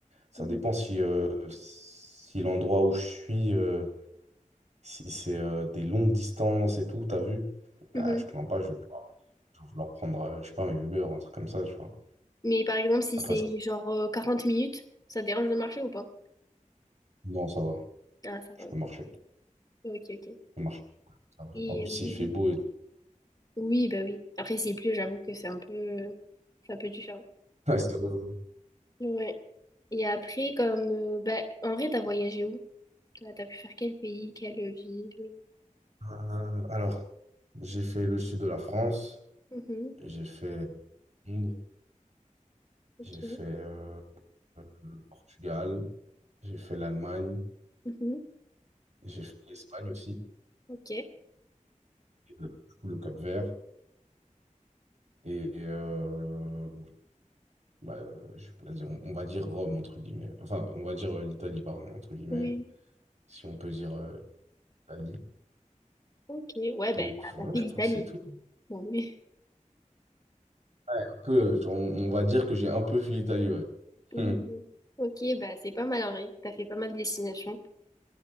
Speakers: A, on the right (about 60°); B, on the left (about 30°).
A: Ça
B: Mhm.
A: dépend si, euh, si l'endroit où je suis, euh, si c'est euh, des longues distances et tout, t'as vu? Bah,
B: Mhm.
A: je te mens pas, je Faut vouloir prendre, euh, je sais pas, un Uber, un truc comme ça, tu vois.
B: Mais par exemple, si
A: Après,
B: c'est
A: ça-
B: genre euh, 40 minutes, ça te dérange de marcher ou pas?
A: non, ça va.
B: Ah, ça va,
A: Je peux
B: ok.
A: marcher. Je
B: Ok, ok.
A: peux marcher. ça va.
B: Et,
A: En plus,
B: euh,
A: il fait beau et tout.
B: oui, bah oui. Après, s'il pleut, j'avoue que c'est un peu, c'est un peu différent.
A: Ouais, c'est- euh,
B: Ouais. Et après, comme euh, bah, en vrai, t'as voyagé où? T'as t'as pu faire quel pays, quelle ville?
A: euh, alors, j'ai fait le sud de la France,
B: Mhm.
A: j'ai fait Londres,
B: Ok.
A: j'ai fait euh, le Portugal, j'ai fait l'Allemagne,
B: Mhm.
A: j'ai fait l'Espagne aussi,
B: Ok.
A: et, euh, du coup, le Cap-Vert, et euh, bah, euh, je- vas-y, on, on va dire Rome, entre guillemets. Enfin, on va dire euh, l'Italie, pardon, entre guillemets,
B: Oui,
A: si on peut dire euh, l'Italie.
B: ok. Ouais, ben,
A: Et puis
B: t'as
A: voilà,
B: t'as fait
A: je
B: l'Italie.
A: crois que c'est tout.
B: Bon, oui.
A: Ouais, un peu, euh, on, on va dire que j'ai un peu fui l'Italie, ouais.
B: Mhm.
A: Hum,
B: Ok, bah c'est pas mal en vrai. T'as fait pas mal de destinations.